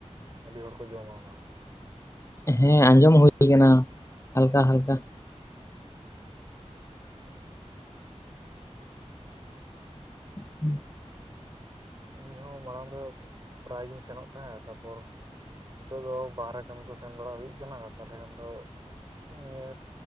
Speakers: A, on the right; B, on the left.
A: ᱟᱹᱰᱤ ᱦᱚᱲ ᱠᱚ ᱡᱚᱢᱟ ᱚᱱᱟ᱾
B: ᱦᱮᱸ ᱟᱸᱡᱚᱢ ᱦᱩᱭ ᱠᱟᱱᱟ ᱦᱟᱞᱠᱟ ᱦᱟᱞᱠᱟ ᱾
A: ᱦᱩᱸᱻ
B: <inaudible> <inaudible>
A: ᱤᱧᱦᱚᱸ ᱢᱟᱲᱟᱝ ᱫᱚ ᱯᱨᱟᱭ ᱜᱤᱧ ᱥᱮᱱᱚᱜ ᱛᱟᱦᱮᱸᱫ ᱛᱟᱯᱚᱨ ᱱᱤᱛᱚᱜ ᱫᱚ ᱵᱟᱦᱮᱨᱮ ᱠᱟᱹᱢᱤ ᱠᱚ ᱥᱮᱱ ᱵᱟᱲᱟ ᱦᱩᱭᱩᱜ ᱠᱟᱱᱟ ᱛᱟᱦᱚᱞᱮ ᱠᱷᱟᱱ ᱫᱚ ᱱᱤᱭᱟᱹ